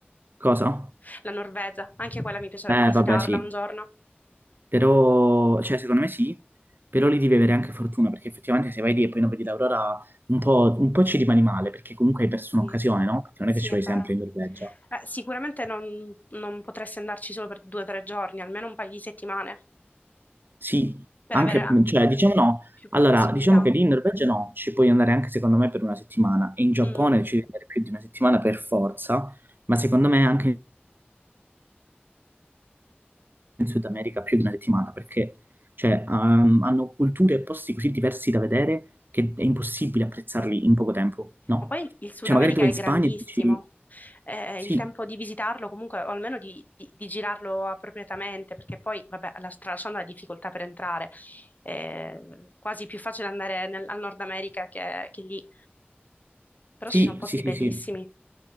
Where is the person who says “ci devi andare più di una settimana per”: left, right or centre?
Right